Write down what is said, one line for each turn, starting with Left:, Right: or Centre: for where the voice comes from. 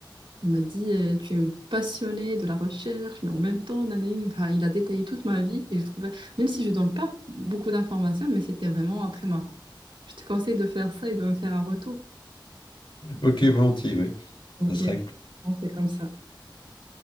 Right: Il m'a dit, euh, tu es une passionnée de la recherche, mais en même temps, nanani. Enfin, il a détaillé toute ma vie et je trouvais, même si je donne pas beaucoup d'informations, mais c'était vraiment très marrant. Je te conseille de faire ça et de me faire un retour.
Left: Ok, volontiers, oui.
Right: Ok,
Left: Ça sera avec plaisir.
Right: on fait comme ça.